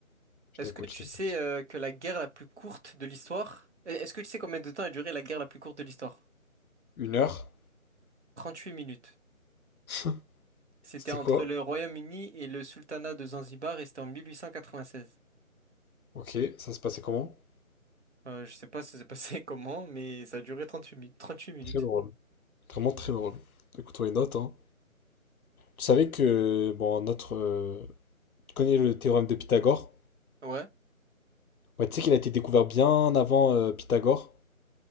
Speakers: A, on the left (about 85°); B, on the right (about 55°).
A: je
B: Est-ce
A: t'écoute,
B: que tu
A: je t'écoute.
B: sais euh, que la guerre la plus courte de l'histoire, e, est-ce que tu sais combien de temps a duré la guerre la plus courte de l'histoire?
A: Une heure?
B: 38 minutes.
A: <laughs>
B: C'était
A: C'était
B: entre
A: quoi?
B: le Royaume-Uni et le Sultanat de Zanzibar et c'était en 1896.
A: Ok, ça se passait comment?
B: Euh, je sais pas ça s'est passé <laughs> comment, mais ça a duré 38 mi- 38 minutes.
A: Très drôle. Vraiment très drôle. Écoute-moi les notes, hein. Tu savais que, bon, notre... euh, tu connais le théorème de Pythagore?
B: Ouais.
A: Ouais, tu sais qu'il a été découvert bien avant euh, Pythagore?